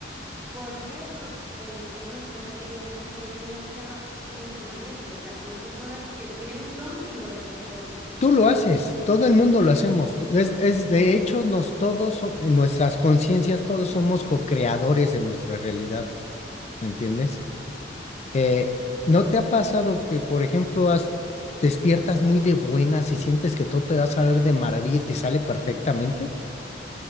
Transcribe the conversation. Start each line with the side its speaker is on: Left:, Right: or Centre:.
Right: ¿por qué? Porque en eso, lo que te digo, eso requiere mucha entrenamiento, o sea, son personas que tienen un don y lo desarrollan.
Left: Tú lo haces, todo el mundo lo hacemos. Tú- Es, es de hecho, nos todos, so- en nuestras conciencias, todos somos co-creadores de nuestra realidad, ¿me entiendes? Eh, ¿no te ha pasado que, por ejemplo, has- despiertas muy de buenas y sientes que todo te va a salir de maravilla y te sale perfectamente?